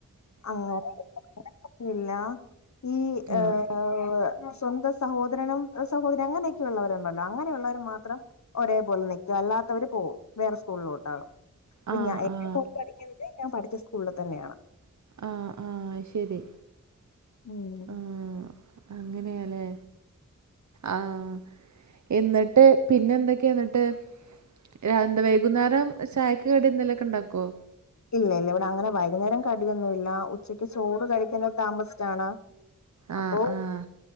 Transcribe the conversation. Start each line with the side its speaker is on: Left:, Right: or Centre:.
Left: അങ്ങനെ <unintelligible> ഇല്ല ഈ ഏഹ്
Right: ആ
Left: സ്വന്തം സഹോദരനും സഹോദരിയും അങ്ങനെയൊക്കെ ഉള്ളവരുണ്ടല്ലോ അങ്ങനെയുള്ളവര് മാത്രം ഒരേ പോലെ നൽക്കും. അല്ലാത്തവര് പോകും. വേറെ സ്കൂളിലോട്ടാണ്‌. അപ്പൊ
Right: ആ
Left: ഞ <unintelligible>
Right: ആ
Left: ഞാൻ പഠിച്ച സ്കൂളിൽ തന്നെയാണ്.
Right: ആഹ് ആഹ് അത്‌ ശരി
Left: ഉം
Right: ആഹ് അങ്ങനെയാലേ ആഹ് എന്നിട്ട് പിന്നെന്തെക്കെയാ ന്നിട്ട് രാ എന്ത വൈകുന്നേരം ചായക്ക് കടിന്നെലൊക്കെണ്ടാക്കുവോ
Left: ഇല്ല ഇല്ല ഇവിടങ്ങനെ വൈകുന്നേരം കടിയൊന്നുവില്ല. ഉച്ചക്ക് ചോറ് കഴിക്കുന്നത് താമസിച്ചാണ്
Right: ആഹ്
Left: അപ്പോ
Right: ആഹ്